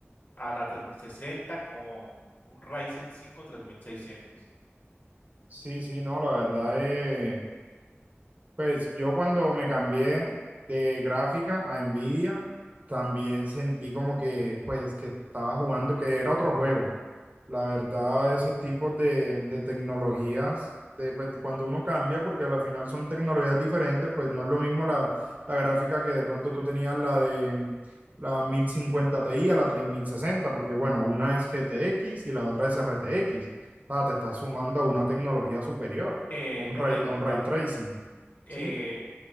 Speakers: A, on the left; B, on the right.
A: a la 3060 con un Ryzen 5 3600.
B: Sí, sí, no, la verdad es Pues yo cuando me cambié de gráfica a Nvidia, también sentí como que, pues, que estaba jugando, que era otro juego. La verdad, ese tipo de, de tecnologías, de, pues, cuando uno cambia, porque al final son tecnologías diferentes, pues no es lo mismo la, la gráfica que de pronto tú tenías la de la 1050 Ti a la 3060 porque bueno, una es GTX y la otra es RTX. O sea, te estás sumando a una tecnología superior,
A: Eh,
B: a un
A: una
B: ray,
A: pregunta,
B: a un ray tracing.
A: eh,
B: ¿sí?